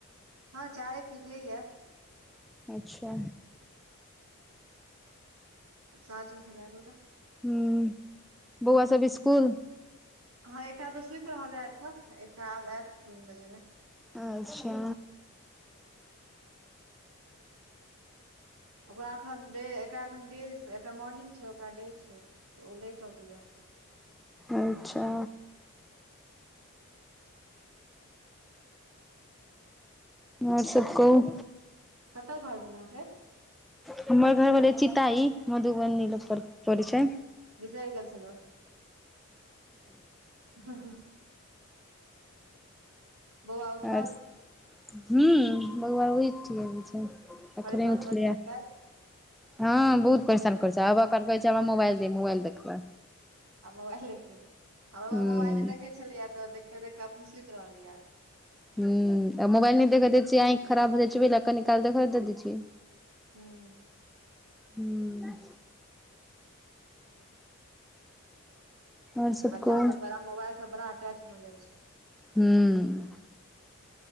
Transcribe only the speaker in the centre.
अच्छा
हूंम्म बौआ सब इसकुल
अच्छा
अच्छा ओर सब कहूँ
हमर घर भेलै चीताइ मधुबनी लग परे छै।
आर हूँ, बौआ उठ गेल छै,
अखनी उठले
य। हँ, बहुत परेशान करै छब आब अखन कहलकै हमराइल दे मोबाइल देखबै।
हूँ
हु, आ मोबाइल नै देख दे छियै आंखि खराब हो जाइ छैहि कऽ निकालै छियै।
हूँ। आओर सब
कहू
हूँ।